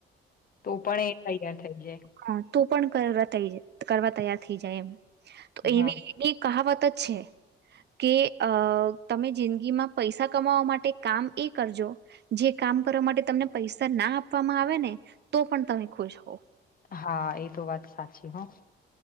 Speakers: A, on the left; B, on the right.
A: તો પણ એ તૈયાર થઇ જાય.
B: હા તો પણ કરવા થઈ જા કરવા તૈયાર થઈ જાય એમ. તો એવી
A: હા
B: એની કહાવત જ છે કે અ તમે જિંદગીમાં પૈસા કમાવા માટે કામ એ કરજો જે કામ કરવા માટે તમને પૈસા ના આપવામાં આવે ને તો પણ તમે ખુશ હોવ.
A: હા, એ તો વાત સાચી હન.